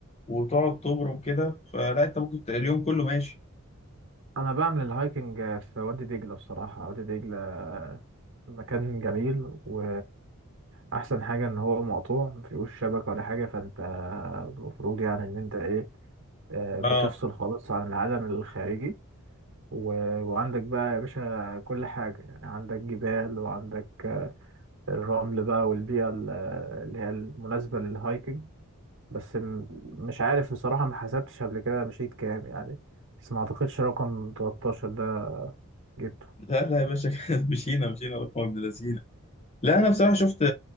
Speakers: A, on the left; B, on the right.
A: وتقعد تبرم كده فلا انت ممكن ت- اليوم كله ماشي
B: انا بعمل الهايكنج في وادي دجله بصراحه وادي دجله مكان جميل و احسن حاجه ان هو مقطوع مفيهوش شبكه ولا حاجه فانت المفروض يعني ان انت ايه آه، بتفصل
A: اه
B: خالص عن العالم الخارجي و... وعندك بقى يا باشا كل حاجه يعني عندك جبال وعندك آه، الرمل بقى والبيئه ال- اللي هي المناسبه للهايكنج بس م- مش عارف بصراحه ما حسبتش قبل كده مشيت كام يعني بس ما اعتقدش رقم 13 ده جبته
A: لا لا يا باشا <laughs> مشينا مشينا رقم ابن لذينه لا انا بصراحه شفت